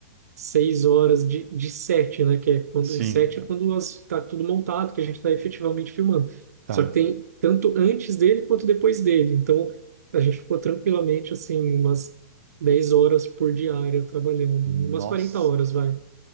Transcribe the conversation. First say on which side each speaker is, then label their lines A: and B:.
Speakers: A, on the right (about 80°); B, on the right (about 55°).
A: seis horas de, de sete, né? Que é quando
B: sim,
A: o set é quando está tudo montado, que a gente está efetivamente filmando.
B: tá.
A: Só que tem tanto antes dele quanto depois dele. Então a gente ficou tranquilamente assim umas 10 horas por diária trabalhando,
B: Nossa,
A: umas 40 horas vai